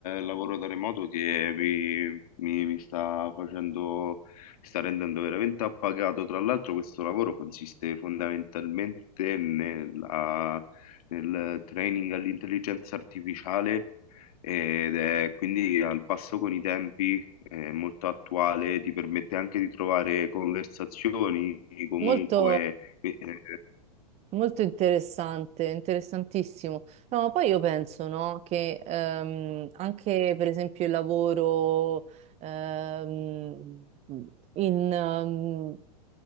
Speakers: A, on the left (about 60°); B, on the right (about 30°).
A: lavoro da remoto che mi, mi- mi sta facendo, mi sta rendendo veramente appagato. Tra l'altro questo lavoro consiste fondamentalmente nella- nel training all'intelligenza artificiale ed è quindi al passo con i tempi, è molto attuale, ti permette anche di trovare conversazioni, comunque,
B: Molto
A: eh, eh,
B: Molto interessante, interessantissimo. No, ma poi io penso, no, che ehm, anche per esempio il lavoro ehm, in, ehm,